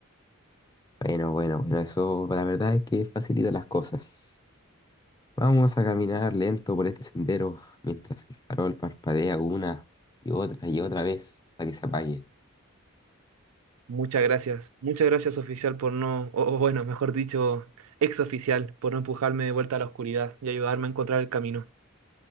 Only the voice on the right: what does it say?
Muchas gracias. Muchas gracias, oficial, por no, o o bueno, mejor dicho, ex oficial, por no empujarme de vuelta a la oscuridad y ayudarme a encontrar el camino.